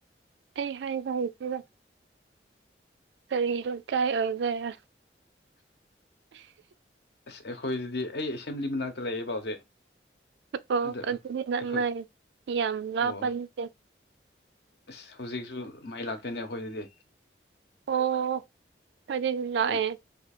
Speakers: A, on the right; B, on the left.
A: ꯑꯩ ꯍꯥꯏꯕ ꯍꯩꯇꯦꯗꯥ ꯀꯔꯤꯒꯤꯅꯣ ꯀꯥꯏ ꯑꯣꯏꯕꯩꯔꯥ
B: ꯑꯁ ꯑꯩꯈꯣꯏꯗꯗꯤ ꯑꯩ ꯑꯦꯁꯦꯝꯕ꯭ꯂꯤ ꯃꯅꯥꯛꯇ ꯂꯩꯌꯦꯕꯥ ꯍꯧꯖꯤꯛ
A: ꯑꯣ
B: ꯑꯗ
A: ꯑꯗꯨꯗꯤ ꯅꯪ
B: ꯑꯩꯈꯣꯏ
A: ꯂꯩꯁꯤ ꯌꯥꯝ ꯂꯥꯞꯄ
B: ꯑꯣ
A: ꯅꯥꯠꯇꯦ
B: ꯑꯁ ꯍꯧꯖꯤꯛꯁꯨ ꯃꯥꯏ ꯂꯥꯛꯇꯣꯏꯅꯦ ꯑꯩꯈꯣꯏꯗꯗꯤ
A: ꯑꯣ ꯑꯩꯈꯣꯏꯗꯥꯗꯤ ꯂꯥꯛꯑꯦ
B: ꯑꯗꯨ